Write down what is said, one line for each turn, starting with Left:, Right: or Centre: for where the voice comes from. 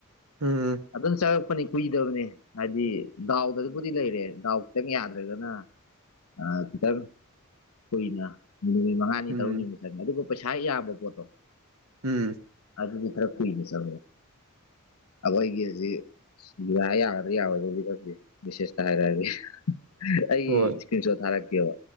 Right: ꯎꯝ
Left: ꯑꯗꯨꯝ ꯆꯪꯉꯛꯄꯅꯤ ꯀꯨꯏꯗꯕꯅꯤ ꯍꯥꯏꯗꯤ ꯗꯥꯎꯗꯕꯨꯗꯤ ꯂꯩꯔꯦ ꯗꯥꯎ ꯈꯤꯇꯪ ꯌꯥꯗ꯭ꯔꯒꯅ ꯑ ꯈꯤꯇꯪ ꯀꯨꯏꯅ ꯅꯨꯃꯤꯠ ꯃꯉꯥꯅꯤ
Right: ꯎꯝ
Left: ꯇꯔꯨꯅꯤꯃ ꯑꯗꯨꯒ ꯄꯩꯁꯥ ꯌꯥꯕ ꯄꯣꯠꯇꯣ
Right: ꯎꯝ
Left: ꯑꯗꯨꯗꯤ ꯊꯔ ꯀꯏꯒ ꯆ ꯑꯕ ꯑꯩꯒꯤꯖꯤ ꯌꯥ ꯌꯥꯒꯗ꯭ꯔꯥ ꯌꯥꯒꯗ꯭ꯔꯗꯤ ꯈꯗꯤ ꯕꯤꯁꯦꯁ ꯇ ꯍꯥꯏꯔꯗꯤ ꯑꯩꯒꯤ
Right: ꯍꯣꯏ
Left: ꯏꯁꯀ꯭ꯔꯤꯟ ꯁꯣꯠ ꯊꯥꯔꯛꯀꯦꯕ